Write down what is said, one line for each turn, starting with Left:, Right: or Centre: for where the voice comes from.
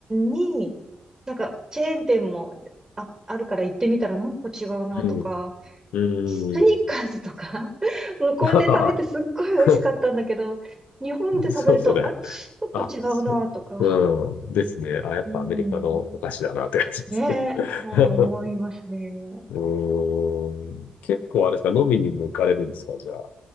Right: に、なんか、チェーン店もあ、あるから行ってみたら、なんか違うなとか、
Left: うん。うーん。
Right: スニーカーズとか <laughs> 向こうで食べてすっごい美味しかったんだけど、
Left: <laughs> ああ、<laughs>
Right: 日本で食べると、
Left: そう、それ。
Right: あれちょっと違うなとか。
Left: あ、そう。うん。ですね。あ、やっぱアメリカのお菓子だなって感じですね。
Right: うん。ねえ、
Left: <laughs>
Right: あ思いますね。
Left: うーん。結構あれですか、飲みにも行かれるんですか、じゃあ。